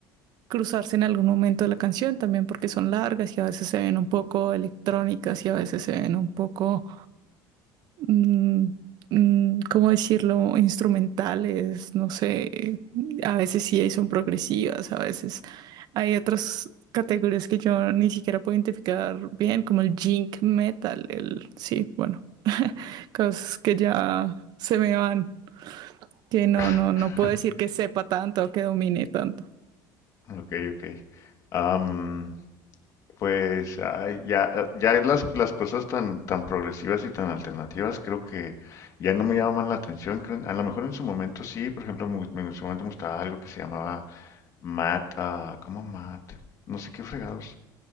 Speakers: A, on the right; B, on the left.
A: cruzarse en algún momento de la canción, también porque son largas y a veces se ven un poco electrónicas y a veces se ven un poco mm, mm, ¿cómo decirlo? Instrumentales, no sé, a veces sí hay- son progresivas, a veces hay otras categorías que yo ni siquiera puedo identificar bien, como el jink metal, el, sí, bueno, <laughs> cosas que ya se me van, que no,
B: <laughs>
A: no, no puedo decir que sepa tanto o que domine tanto.
B: Ok, ok. Am, Pues ay, ya, eh, ya las, las cosas tan, tan progresivas y tan alternativas creo que ya no me llaman la atención. creo- A lo mejor en su momento sí, por ejemplo, me gu- me- en su momento me gustaba algo que se llamaba Math, ah, ¿cómo Math? No sé qué fregados.